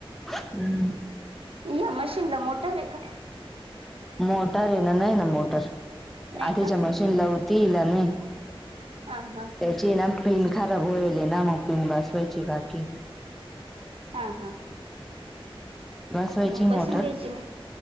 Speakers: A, in the centre; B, on the right.
A: हम्म
B: या मशीन ला मोटर आहे का?
A: मोटर आहे ना नाही ना मोटर,
B: नाही
A: आटेच्या
B: का
A: मशीनला होते ना मी
B: हा हा
A: त्याची ना पिन खराब होईल ना मग पिन बसवायची बाकी.
B: हा हा
A: बसवायची
B: मग बसून
A: मोटर
B: घ्यायची ना